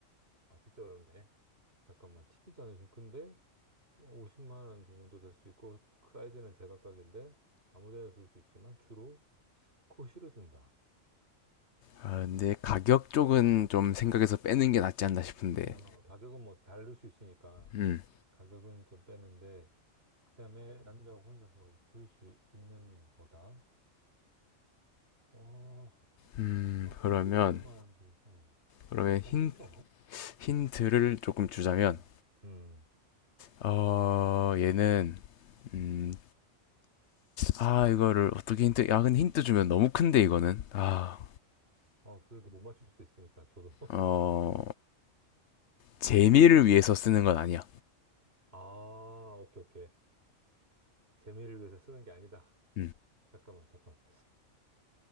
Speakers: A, on the right; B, on the left.
A: 아, 진짜 어렵네. 잠깐만, TV도 아니죠. 근데, 50만 원 정도 될 수 있고, 그 사이즈는 제각각인데, 아무 데나 둘 수 있지만, 주로 코 실어준다.
B: 아, 근데 가격 쪽은 좀 생각해서 빼는 게 낫지 않나 싶은데.
A: 어, 가격은 뭐 다를 수 있으니까
B: 음,
A: 가격은 좀 빼는데 그다음에 남자가 혼자서 들 수 있는 거다. 어,
B: 음,
A: 아, 거실에
B: 그러면
A: 놓을 만한 게 음.
B: 그러면
A: 어,
B: 힌
A: 힌트 없나?
B: 힌트를 조금 주자면,
A: 어. 음.
B: 어, 얘는 음, 아, 이거를 어떻게 힌트, 야, 근데 힌트 주면 너무 큰데, 이거는. 아,
A: 어, 그래도 못 맞출 수도 있으니까 저도. <laughs>
B: 어, 재미를 위해서 쓰는 건 아니야.
A: 아, 오케이, 오케이. 재미를 위해서 쓰는 게 아니다.
B: 음,
A: 잠깐만, 잠깐만.